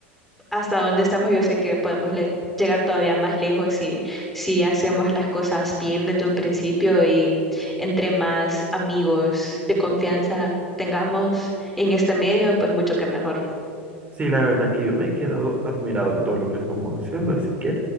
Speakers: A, in the centre; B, on the right.
A: hasta dónde estamos, yo sé que podemos le- llegar todavía más lejos si, si hacemos las cosas bien desde un principio y entre más amigos de confianza tengamos en este medio, pues mucho que mejor.
B: sí, la verdad que yo me he quedado admirado de todo lo que estamos haciendo, así que